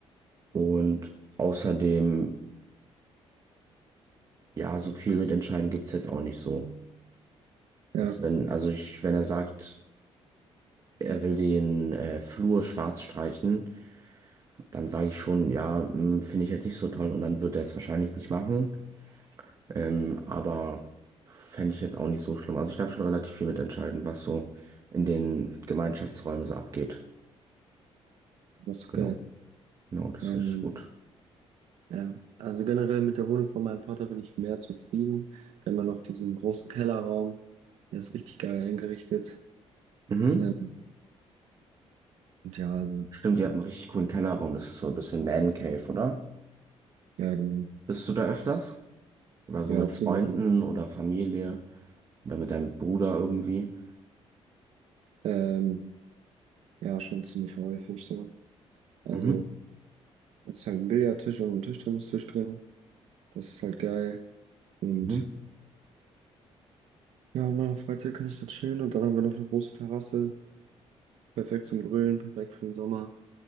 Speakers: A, on the right; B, on the right.
A: und außerdem, ja, so viel mitentscheiden gibt's jetzt auch nicht so.
B: Ja,
A: Also wenn, also ich, wenn er sagt, er will den äh, Flur schwarz streichen, dann sage ich schon, ja, hm, finde ich jetzt nicht so toll und dann wird er es wahrscheinlich nicht machen. Ähm, aber fände ich jetzt auch nicht so schlimm. Also ich darf schon relativ viel mitentscheiden, was so in den Gemeinschaftsräumen so abgeht.
B: das ist
A: Genau,
B: geil.
A: genau, das
B: Ähm,
A: ist richtig gut.
B: Ja, also generell mit der Wohnung von meinem Vater bin ich mehr zufrieden. Wir haben ja noch diesen großen Kellerraum, der ist richtig geil eingerichtet.
A: Mhm.
B: Ähm, und ja, also,
A: Stimmt, ihr habt einen richtig coolen Kellerraum. Das ist so ein bisschen Man Cave, oder?
B: ja, genau.
A: Bist du da öfters? Oder so
B: Ja,
A: mit
B: ziemlich.
A: Freunden
B: Ne?
A: oder Familie oder mit deinem Bruder irgendwie?
B: Ähm, ja, schon ziemlich häufig so. Also,
A: Mhm.
B: es ist halt ein Billardtisch und ein Tischtennistisch drin. Das ist halt geil. Und
A: Mhm.
B: ja, in meiner Freizeit kann ich dort chillen. Und dann haben wir noch eine große Terrasse. Perfekt zum Grillen, perfekt für den Sommer.